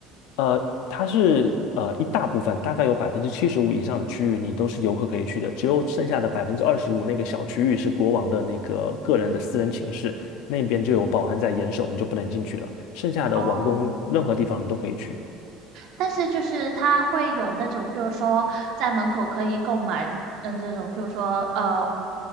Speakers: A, on the left; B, on the right.
A: 呃，它是呃一大部分，大概有百分之七十五以上的区域你都是游客可以去的，只有剩下的百分之二十五那个小区域是国王的那个个人的私人寝室，那边就有保安在严守，你就不能进去了。剩下的王宫任何地方你都可以去。
B: 哦，但是就是它会有那种，比如说在门口可以购买，嗯，这种，比如说呃，